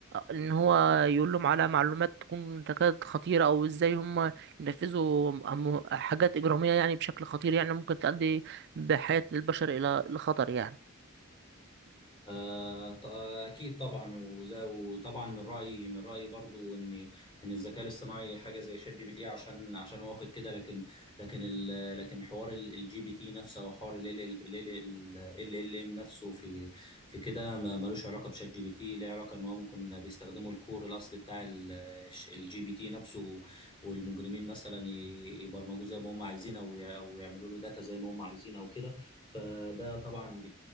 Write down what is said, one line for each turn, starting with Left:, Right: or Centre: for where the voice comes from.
Right: ان هو يقول لهم على معلومات تكون تكاد خطيره او ازاي هم ينفذوا أم- حاجات اجراميه يعني بشكل خطير يعني ممكن تؤدي بحياة البشر إلى الخطر يعني
Left: آه، ط- أكيد طبعا وز- وطبعا من رأيي من رأيي برضو إن إن الذكاء الاصطناعي حاجة زي شات جي بي تي عشان عشان هو واخد كده لكن لكن ال لكن حوار الجي بي تي نفسه أو حوار ال ال ال ام نفسه في في كده ما- ملوش علاقة بشات جي بي تي ليه علاقة إن هو ممكن بيستخدموا الكور الأصلي بتاع الجي بي تي نفسه والمجرمين مثلا ي- يبرمجوه زي ما هم عايزين أو ي- أو يعملوا له داتا زي ما هم عايزين أو كده فده طبعا